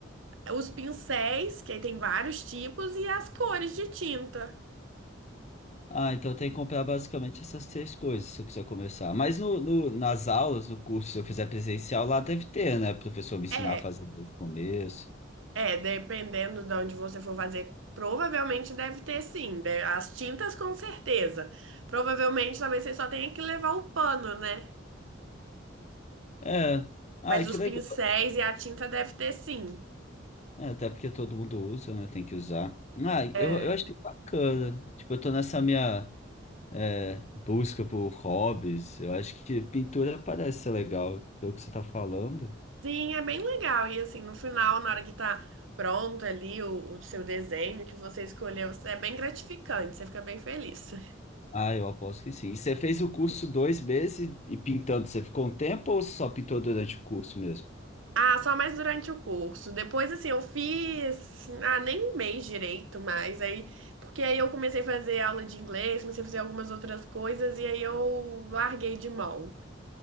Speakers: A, on the right; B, on the left.
A: Os pincéis, que aí tem vários tipos, e as cores de tinta.
B: Ah, então tem que comprar basicamente essas três coisas se eu quiser começar. Mas no, no- nas aulas, no curso, se eu fizer presencial, lá deve ter, né? O professor me ensinar
A: É,
B: a fazer desde o começo.
A: é, dependendo de onde você for fazer, provavelmente deve ter sim. de- As tintas com certeza. Provavelmente talvez você só tenha que levar o pano, né?
B: É. Ah,
A: Mas
B: que
A: os
B: legal.
A: pincéis e a tinta deve ter sim.
B: É, até porque todo mundo usa, né? Tem que usar. Ah,
A: É,
B: eu, eu achei bacana. Tipo, eu tô nessa minha é, busca por hobbies. Eu acho que pintura parece ser legal, pelo que você tá falando.
A: Sim, é bem legal. E assim, no final, na hora que tá pronto ali o, o seu desenho que você escolheu, é bem gratificante, você fica bem feliz. <laughs>
B: Ah, eu aposto que sim. E você fez o curso dois meses e pintando, você ficou um tempo ou só pintou durante o curso mesmo?
A: Ah, só mais durante o curso. Depois, assim, eu fiz. Ah, nem um mês direito, mas aí. Porque aí eu comecei a fazer aula de inglês, comecei a fazer algumas outras coisas, e aí eu larguei de mão.